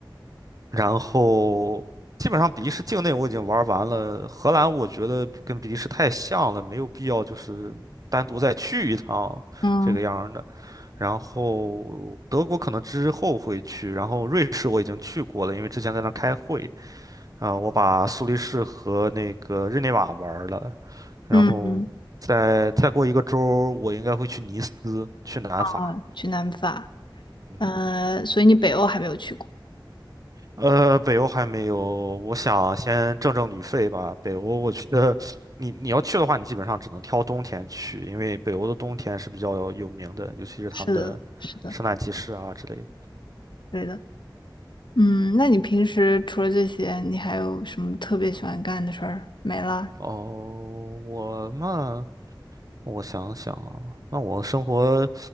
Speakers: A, on the right; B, on the left.
A: 然后基本上比利时境内我已经玩完了，荷兰我觉得跟比利时太像了，没有必要就是单独再去一趟这个样儿的。
B: 嗯
A: 然后德国可能之后会去，然后瑞士我已经去过了，因为之前在那儿开会啊，我把苏黎世和那个日内瓦玩了，然后再再过一个周儿我应该会去尼斯，
B: 嗯嗯，
A: 去南法。
B: 啊去南法。
A: 嗯
B: 呃，所以你北欧还没有去过。
A: 呃，北欧还没有，我想先挣挣旅费吧。北欧，我觉得你你要去的话，你基本上只能挑冬天去，因为北欧的冬天是比较有名的，尤其是他们的圣诞集市啊之类的。
B: 是的，是的，对的。嗯，那你平时除了这些，你还有什么特别喜欢干的事儿？没了。
A: 哦，我嘛，我想想啊，那我生活。